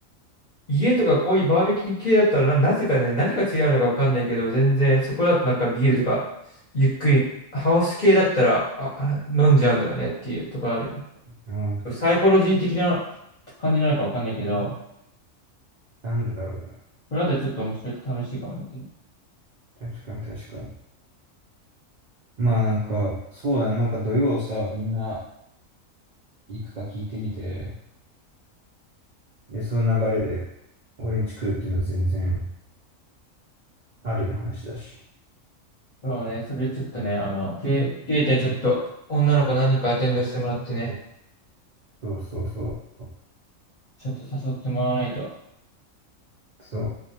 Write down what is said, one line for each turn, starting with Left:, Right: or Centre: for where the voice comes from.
Left: 家とかこういうバーベキュー系だったらな、なぜかね、何が違うのかわかんないけど、全然そこだとなんかビールとか、ゆっくり、ハウス系だったら、あ、あ飲んじゃうんだよねっていうとこある
Right: うん、
Left: サイコロジー的な感じなのかわかんないけど、
Right: なんでだろうね。
Left: これだとちょっと面白い、楽しいかもね。
Right: 確かに確かに。まあなんか、そうだね。なんか土曜さ、みんな行くか聞いてみて。で、その流れで俺んち来るっていうのは全然。ありな話だし。
Left: そうね、それちょっとね、あの、経経点ちょっと、女の子何人かアテンドしてもらってね、
Right: そうそうそう。
Left: ちょっと誘ってもらわないと、
Right: そ